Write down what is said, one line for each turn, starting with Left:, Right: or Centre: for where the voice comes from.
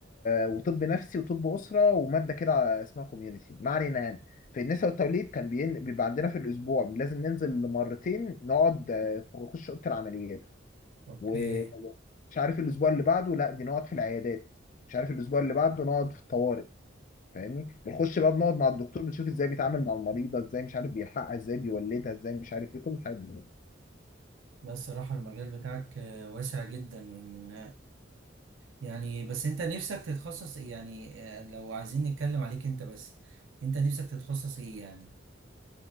Left: وطب نفسي وطب اسره وماده كده اسمها كوميونتي ما علينا يعني في النساء والتوليد كان بين... بيبقى عندنا في الاسبوع لازم ننزل مرتين نقعد آه، في- نخش اوضه العمليات
Right: أوكي
Left: و... مش عارف الاسبوع اللي بعده لا دي نقعد في العيادات مش عارف الاسبوع اللي بعده نقعد في الطوارئ فاهمني بنخش بقى بنقعد مع الدكتور بنشوف ازاي بيتعامل مع المريضه ازاي مش عارف بيلحقها ازاي بيولدها ازاي مش عارف ايه كل الحاجات دي
Right: بس الصراحة المجال بتاعك آه، واسع جدا من يعني بس أنت نفسك تتخصص إيه يعني آه، لو عايزين نتكلم عليك أنت بس أنت نفسك تتخصص إيه يعني